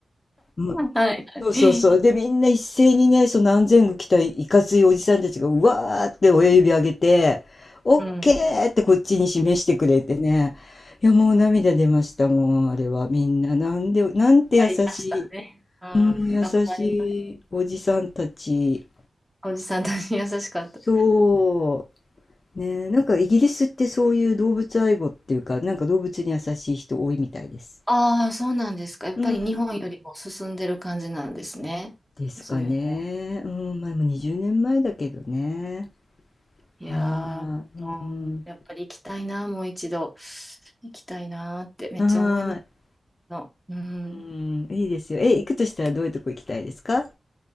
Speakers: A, on the left (about 40°); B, in the centre.
A: うん、
B: はいはい。
A: そうそうそう。でみんな一斉にねその安全具着たいかついおじさんたちがうわーって親指上げてオッケーってこっちに示してくれてね。
B: うん、
A: いやもう涙出ましたもうあれはみんななんでなんて優しい、
B: ありましたね。うん、
A: うん、優しいおじさんたち。
B: 頑張ります。おじさんたち優しかった。
A: そう。ねえ、なんかイギリスってそういう動物愛護っていうか、なんか動物に優しい人多いみたいです。
B: ああ、そうなんですか。やっぱり日本よりも進んでる感じなんですね。
A: うん。ですかね。
B: そういうのは。
A: うん、まあ、もう20年前だけどね。
B: いやー、
A: はーい。うん。
B: うんやっぱり行きたいな、もう一度。行きたいなーってめっちゃ思います
A: はーい。
B: の。うん。
A: うん、いいですよ。え、行くとしたらどういうとこ行きたいですか